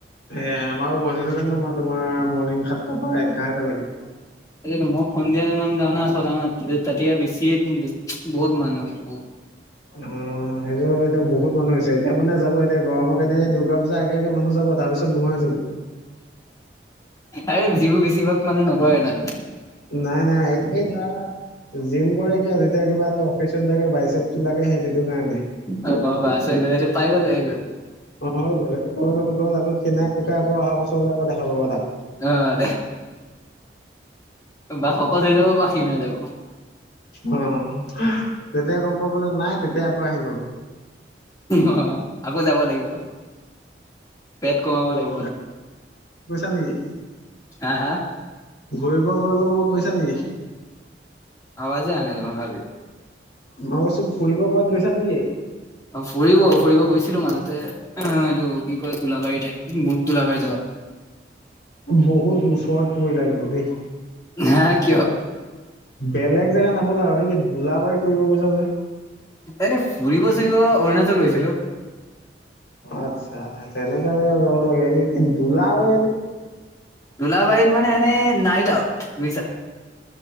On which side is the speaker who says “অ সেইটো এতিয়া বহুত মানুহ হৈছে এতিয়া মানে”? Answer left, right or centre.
Left